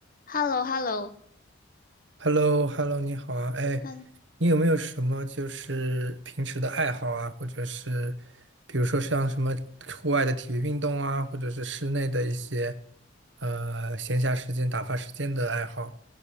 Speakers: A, on the left (about 45°); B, on the right (about 65°).
A: h e l l o h e l l o
B: h e l l o h e l l o 你好啊，哎，
A: 嗯，
B: 你有没有什么就是平时的爱好啊，或者是比如说像什么户外的体育运动啊，或者是室内的一些呃闲暇时间、打发时间的爱好？